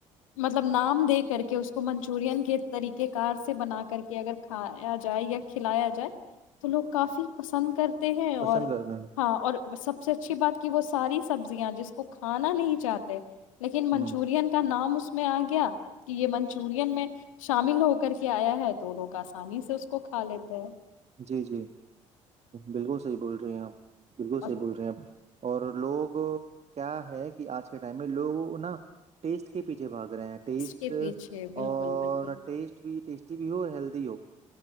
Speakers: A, on the left; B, on the right.
A: مطلب نام دے کر کے اس کو منچورن کے طریقہ کار سے بنا کر کے اگر کھایا جائے یا کھلایا جائے تو لوگ کافی پسند کر ہیں اور
B: پسند کرتے ہیں
A: ہاں اور سب سے اچھی بات کہ وہ ساری سبزیاں جس کو کھانا نہیں چاہتے لیکن منچورین
B: ہ
A: کا نام اس میں آ گیا کہ یہ منچورین میں شامل ہو کر کے آیا ہے تو لوگ آسانی سے اس کو کھا لیتے ہیں
B: جی جی بالکل صحیح بول رہے ہیں آپ بالکل
A: اور
B: صح بول رہے ہیں آپ اور لوگ کیا ہے کہ آج کے ٹائم میں لوگ نا ٹیسٹ کے پیچھے بھاگ رہے ہیں ٹیسٹ
A: کے پیچھے بالکل
B: اور
A: بالکل
B: ٹیسٹ بھی ٹیسٹ ک بو ہیل ہو